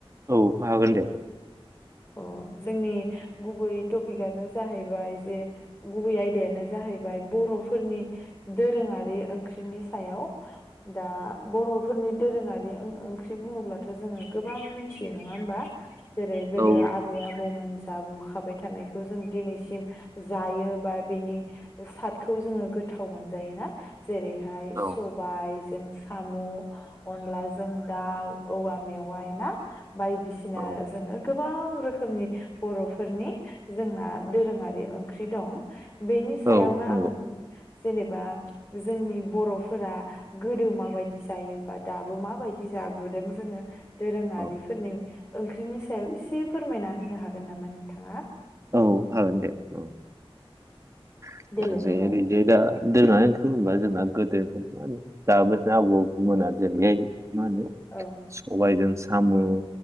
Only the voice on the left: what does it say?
अ जोंनि गुबै टपिकआनो जाहैबाय जे गुबै आयदायानो जाहैबाय बर'फोरनि दोरोङारि ओंख्रिनि सायाव दा बर'फोरनि दोरोङारि ओंख्रि बुङोब्लाथ' जोङो गोबां मिथियो नङा होमबा गोदो
आबै आबौमोनजों जाबु खाबाय थानायखौ जों दिनैसिम जायो बा बेनि सादखौ जोङो गोथाव मोनजायो ना जेरैहाय
सबायजों साम' अनलाजों दाउ औवा मेवाइ ना बायदिसिना
जोङो गोबां रोखोमनि बर'फोरनि जोंना दोरोङारि ओंख्रि दं बेनि सायावनो
आं जेनेबा जोंनि बर'फोरा गोदो माबायदि जायो बा दाबो माबायदि जाबोदों जोङो दोरोङारिफोरनि
ओंख्रिनि सो सायाव एसे फोरमायना होनो हागोन नामा नोंथाङा?
देलाय
बुंलाय।
औ